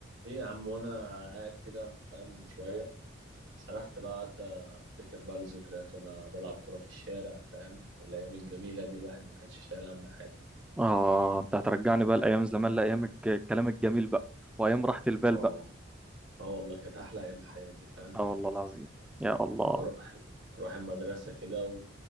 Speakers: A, on the right (about 75°); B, in the centre.
A: ايه يا عم وانا قاعد كده فاهم من شويه سرحت بقى قعدت افتكر بقى الذكريات وانا بلعب كوره في الشارع فاهم والايام الجميله دي الواحد ما كانش شايل هم حاجه
B: آه أنت هترجعني بقى لأيام زمان لأيام الج- الكلام الجميل بقى وأيام راحة البال
A: اه
B: بقى
A: اه والله كانت احلى ايام حياتي فاهم
B: آه والله العظيم يا الله
A: اروح اروح المدرسه كده